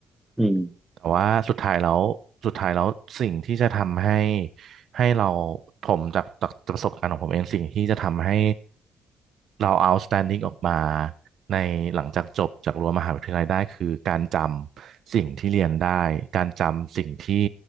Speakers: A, in the centre; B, on the right.
A: อืม
B: แต่ว่าสุดท้ายแล้วสุดท้ายแล้วสิ่งที่จะทำให้ให้เราผมจากจากประสบการณ์ของผมเองสิ่งที่จะทำให้เรา outstanding ออกมาในหลังจากจบจากรั้วมหาวิทยาลัยได้คือการจำสิ่งที่เรียนได้การจำสิ่งที่